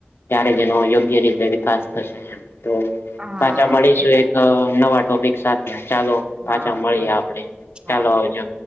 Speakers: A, on the left; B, on the right.
A: ત્યારે જેનો યોગ્ય રીતે વિકાસ થશે તો
B: હા
A: પાછા મળીશું
B: એ
A: એક નવા ટોપિક સાથે ચાલો
B: હા
A: પાછા મળીએ
B: મળે
A: આપડે
B: હા
A: ચાલો
B: હા
A: આવજો